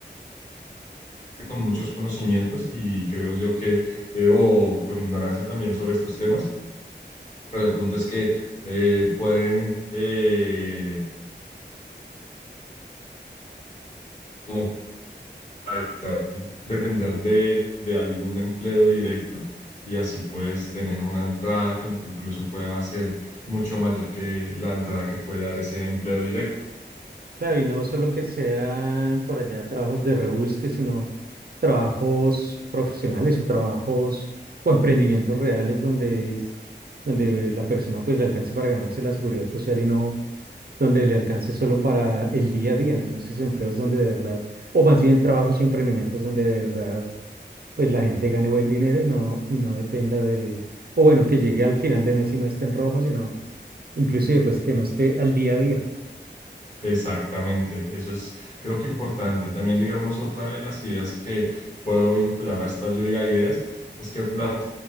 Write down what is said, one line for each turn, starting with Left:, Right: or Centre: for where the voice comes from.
Left: con muchos conocimientos y creo yo que, eh, o con ignorancia también sobre estos temas, pero el punto es que eh, pueden eh, como evitar depender de, de algún empleo directo y así puedes tener una entrada que incluso pueda ser mucho mayor que la entrada que puede dar ese empleo directo.
Right: Claro, y no solo que sean por allá trabajos de rebusque, sino trabajos profesionales o trabajos o emprendimientos reales donde es, donde la persona pues le alcance para ganarse la seguridad social y no donde le alcance solo para el día a día. Entonces, empleos donde de verdad, o más bien trabajos y emprendimientos donde de verdad pues la gente gane buen dinero y no, y no dependa de, o bueno, que llegue al final de mes y no esté en rojo, sino inclusive pues que no esté al día a día.
Left: Exactamente, eso es creo que importante. También digamos otra de las ideas que puedo vincular a esta lluvia de ideas es que las